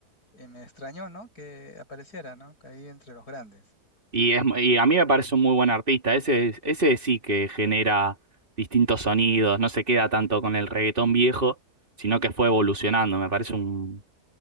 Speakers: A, on the left; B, on the right.
A: y me extrañó, ¿no? Que apareciera, ¿no? Que Ahí entre los grandes.
B: y, es, y a mí me parece un muy buen artista, ese, es- ese sí que genera distintos sonidos, no se queda tanto con el reggaetón viejo, sino que fue evolucionando, me parece un,